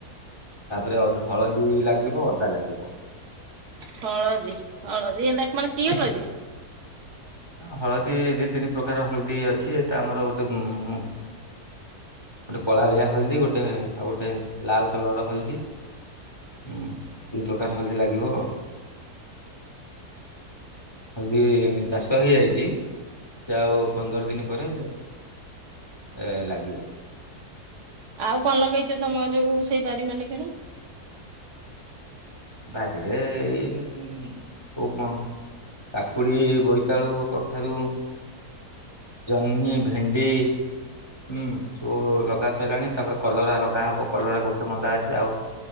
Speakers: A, on the left; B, on the right.
A: ତାପରେ ହଳଦୀ ଲାଗିବ ଅଦା ଲାଗିବ।
B: ହଳଦୀ ହଳଦୀ ଏଡାକ ମାନେ କି ହଳଦି।
A: ହଳଦୀ ଦି ତିନି ପ୍ରକାର ହଳଦୀ ଅଛି ଏଟା ଆମର ଗୋଟେ ଉ ହଁ ଗୋଟେ କଳାଳିଆ ହଳଦୀ, ଗୋଟେ ଆଉ ଗୋଟେ ଲାଲ କଲର ର ହଳଦୀ ହୁଁ ଦି ପ୍ରକାର ହଲଦୀ ଲାଗିବ ଆଉ। ହଲଦି ଚାଷ ହେଇଯାଇଛି, ସେ ଆଉ ପନ୍ଦର ଦିନ ପରେ ଏ ଲାଗିବ।
B: ଆଉ କଣ ଲଗେଇଛ, ତମ ଯୋଉ ସେଇ ବାରି ମାନେ କରେ?
A: ବାରିରେ ଏଇ ସମ କାକୁଡି, ବୋଇତାଳୁ, କଖାରୁ ଜହ୍ନି, ଭେଣ୍ଡି। ହୁଁ ସବୁ ଲଗା ସରିଲାଣି, ତାପରେ କଲରା ଲଗା ହବ, କଲରା ଗୋଟେ ମନ୍ଦା ଅଛି ଆଉ